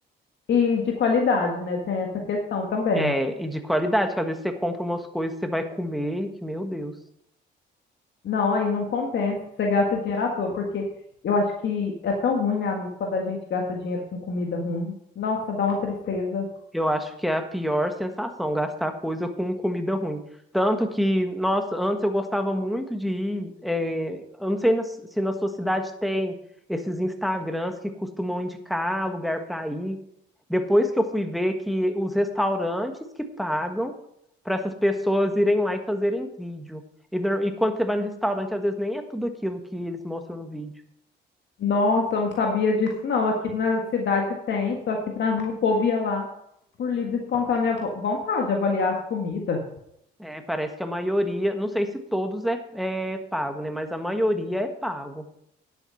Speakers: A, on the left; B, in the centre.
A: e de qualidade, né? Tem essa questão também.
B: É, e de qualidade, que às vezes você compra umas coisas, você vai comer, que meu Deus.
A: Não, aí não compensa, você gasta dinheiro à toa, porque eu acho que é tão ruim, né, amigo, quando a gente gasta dinheiro com comida ruim. Nossa, dá uma tristeza.
B: Eu acho que é a pior sensação, gastar coisa com comida ruim. Tanto que, nossa, antes eu gostava muito de ir. eh, eu não sei na- se na sua cidade tem esses Instagrams que costumam indicar lugar para ir. Depois que eu fui ver que os restaurantes que pagam para essas pessoas irem lá e fazerem vídeo. E, nor- e quando você vai no restaurante, às vezes nem é tudo aquilo que eles mostram no vídeo.
A: Nossa, eu não sabia disso, não. Aqui na cidade tem, só que para mim o povo ia lá por livre e espontânea vo- vontade avaliar as comidas.
B: Eh, parece que a maioria, não sei se todos é é pago, né? Mas a maioria é pago.